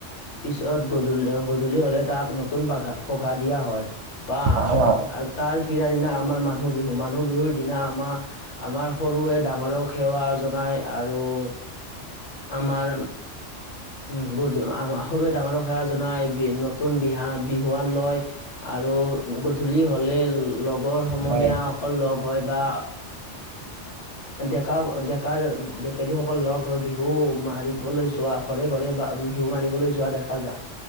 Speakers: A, on the left (about 70°); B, on the right (about 70°).
A: পিছত গ গধূলি হলে তাক নতুন পা পখা দিয়া হয় বা
B: হয়
A: তাৰ ফিৰদি দিনা আমাৰ মানুহ বিহু মানুহ বিহুৰ দিনা আমাৰ আমাৰ সৰুৱে ডাঙৰক সেৱা জনাই আৰু ত' আমাৰ উ গ সৰুৱে ডাঙৰক সেৱা জনাই বি নতুন বিহা বিহুৱান লয় আৰু গধূলি হ'লে লগৰ সমনীয়াসকল
B: হয় হয়
A: লগ হয় বা ডেকা ডেকাৰ ডেকীসকল লগ হৈ বিহু মাৰিবলৈ যোৱা ঘৰে ঘৰে বা ঘিউু মাৰিবলৈ যোৱা দেখা যায়।